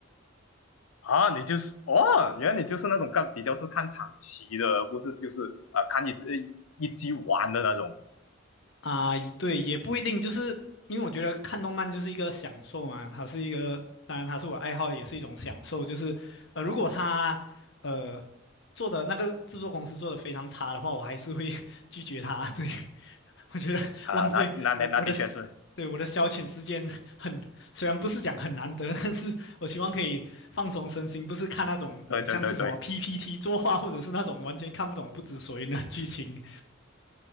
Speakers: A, on the left (about 80°); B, on the left (about 60°).
A: 啊，你就是哦，原来你就是那种看比较是看长期的，而不是就是啊、呃看一呃一集完的那种
B: 啊，对，也不一定，就是因为我觉得看动漫就是一个享受嘛，它是一个，当然它是我爱好，也是一种享受。就是呃，如果它呃做的那个制作公司做的非常差的话，我还是会 <laughs> 拒绝它。对，<laughs> 我觉得 <laughs>
A: 啊、
B: 浪费我我的时对我的消遣时间很，
A: 那那那那的确是，
B: 虽然不是讲很难得，但是我希望可以放松身心，不是看那种呃像是什么
A: 对对对对。
B: PPT 作画，或者是那种完全看不懂不知所云的剧情。